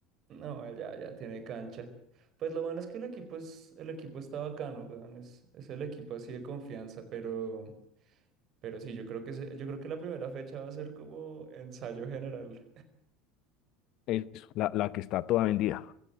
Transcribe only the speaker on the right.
No, él ya, ya tiene cancha. Pues lo bueno es que el equipo es, el equipo está bacano, weón. Es, es el equipo así de confianza, pero, pero sí, yo creo que se- yo creo que la primera fecha va a ser como ensayo general.